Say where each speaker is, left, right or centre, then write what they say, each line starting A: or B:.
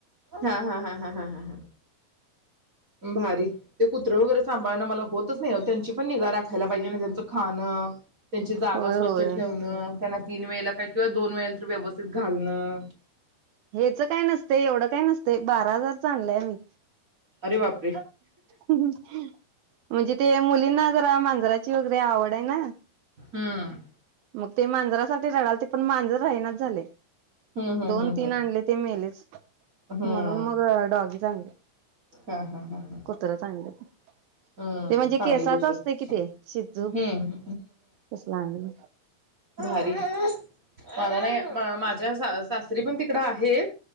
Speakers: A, on the right; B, on the right.
A: हा हा हा हा हा बारी ते कुत्र वैगेरे साभाळनं मला होतच नाही ओ त्यांची पण निघा राखायला पाहिजे त्याच खाणं त्यांची जागा
B: होय
A: स्वच्छ
B: होय
A: ठेवण त्यांना तीन वेळेला काय किंवा दोन वेळेला तरी व्यवस्थित घालणं.
B: हेच काय नसतं येवढं काय नसतंय बारा हजारचं आणलय आम्ही
A: अरे बाप
B: म्हणजे ते मुली ना जरा मांजरांची वैगेरे आवड आहे ना.
A: हम्म
B: मग ते माजंरासाठी रडालती पण मांजर राहिनाच झालयं.
A: हम्म हम्म
B: दोन
A: हम्म
B: तीन
A: हम्म
B: आणलीती ती मेलीच
A: हम्म
B: म्हणून मग डॉगी चांगलय.
A: हा हा हा
B: कुत्राच आणलं मग
A: हम्म
B: ते म्हणजे
A: चांगली
B: केसाचे
A: गोष्ट
B: आसतयं
A: आहे.
B: की ते शिजू
A: हम्म
B: तसलं आणलयं.
A: भारीचं मला नाही मा माझ्या सास सासरीपण तिकडे आहे